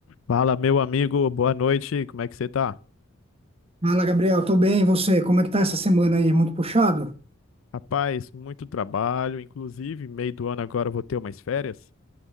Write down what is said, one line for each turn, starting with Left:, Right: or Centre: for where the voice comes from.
Left: Fala, meu amigo, boa noite, como é que você tá?
Right: Fala, Gabriel, tô bem, e você? Como é que tá essa semana aí? Muito puxado?
Left: Rapaz, muito trabalho, inclusive, meio do ano agora eu vou ter umas férias.